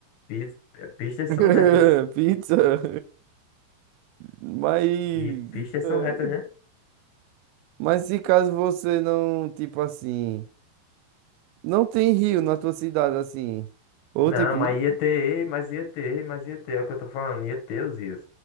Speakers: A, on the left (about 70°); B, on the right (about 85°).
A: piz- pistas
B: <laughs>
A: são retas.
B: Pizza. Mas,
A: E pistas
B: é,
A: são retas, né?
B: mas se caso você não, tipo assim, não tem rio na tua cidade, assim, ou
A: Não,
B: tipo,
A: mas
B: não.
A: ia ter, mas ia ter, mas ia ter, é o que eu tô falando, ia ter os rios.